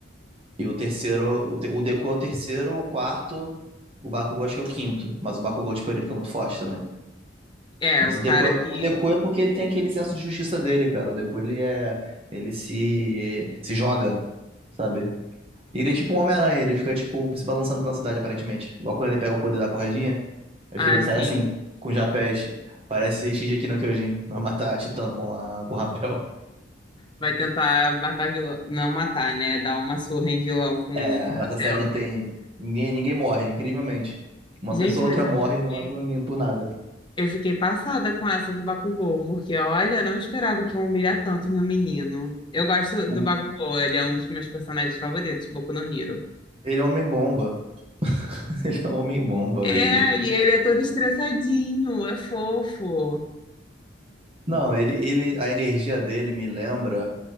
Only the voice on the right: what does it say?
E o terceiro, o, te- o Deku é o terceiro, o quarto, o Bakugou acho que é o quinto. Mas o Bakugou, tipo, ele fica muito forte também.
Mas
o Deku,
é-
o Deku é porque ele tem aquele senso de justiça dele, cara. O Deku, ele é, ele se, se joga, sabe? E ele é tipo um Homem-Aranha, ele fica, tipo, se balançando pela cidade, aparentemente. Igual quando ele pega o poder da corredinha, acho
que ele
sai assim, com japés. Parece Shingeki no Kyojin, vai matar a Titã com, a, com o rapel.
É,
Essa série não tem. Ninguém, ninguém morre, incrivelmente. Uma
pessoa ou
outra
morre
e não morre por, nem- por nada.
Um-
Ele é um homem-bomba. <laughs> Ele é um homem-bomba,
Vivi.
Não, ele, ele, a energia dele me lembra